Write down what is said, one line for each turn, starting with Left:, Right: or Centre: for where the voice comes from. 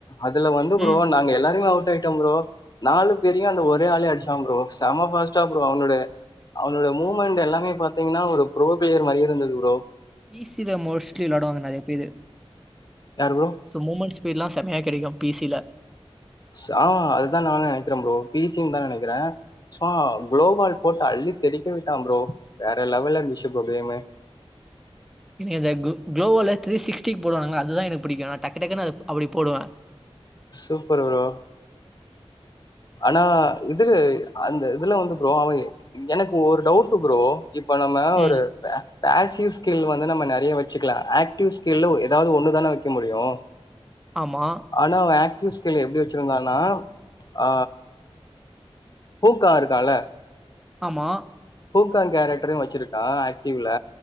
Left: அது அதுல வந்து
Centre: ம்.
Left: ப்ரோ நாங்க எல்லாருமே அவுட் ஆயிட்டோ ப்ரோ நாலு பேரையு அந்த ஒரே ஆளே அடிச்சா ப்ரோ செம பாஸ் ட்டு அவனோட அவனோட மூமெண்ட் எல்லாமே பாத்தீங்கன்னா ஒரு ப்ரோ பியர் மாரியே இருந்தது ப்ரோ
Centre: பி சில மோஸ்ட்லி வெளாட்வாங்க நெறைய பேரு
Left: யாரு ப்ரோ
Centre: சோ மூமெண்ட்ஸ் ஸ்பீட்லா செம்மயா கெடைக்கு பி சில
Left: ஸா அதுதா நானு நெனைக்கிறே ப்ரோ பி சின்தா நெனைக்கிறே சோ குளோபால் போட்டு அள்ளி தெரிக்க விட்டா ப்ரோ வேற லெவல இருந்துச்சு ப்ரோ கேமு
Centre: எனக்கு இந்த கோ குளோவால த்ரீ சிஸ்டிக்கு போடுவாங்கள அது தா எனக்கு பிடிக்கு நா டக்கு டக்குன்னு அது அப்டி போடுவ
Left: சூப்பர் ப்ரோ ஆனா இதுலு அந்த இதுல வந்து ப்ரோ அவ எனக்கு ஒரு டவுட்டு ப்ரோ இப்ப நம்ம
Centre: ம்.
Left: ஒரு பே பேசிவ் ஸ்கில் வந்து நம்ம நெறைய வச்சுக்கலா ஆக்டிவ் ஸ்கில்ல ஒரு எதாது ஒன்னுதானே வைக்க முடியு
Centre: ஆமா
Left: ஆனா அவ ஆக்டிவ் ஸ்கில் எப்டி வச்சிருந்தானா ஆ பூக்கா இருக்கால
Centre: ஆமா
Left: பூக்கா கேரக்ட்ரயு வச்சிருக்கா ஆக்டிவ்ல